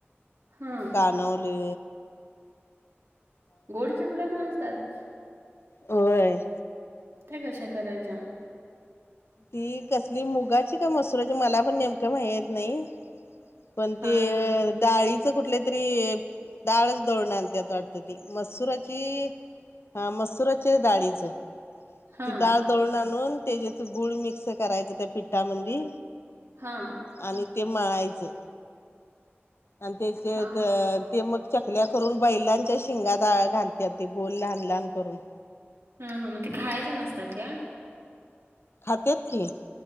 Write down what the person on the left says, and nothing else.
कानवले
व्हय
ती कसली मुगाची का मसुराची मला पण नेमकं महेत नाई. पण
ते.. अ.. डाळीच कुठल्या तरी डाळ दळून आणत्यात वाटत्यात ती मसुराची अ.. मसुराच्या डाळीचं
डाळ दळून आणून ते ज्यात गुळ मिक्स करायचा त्या पिठामंदी
आणि ते मळायचं आणि तेते
तर ते मग चकल्या करून बैलांच्या शिंगात अं घालत्यात, गोल लहान लहान करून ‌.
खात्यात की.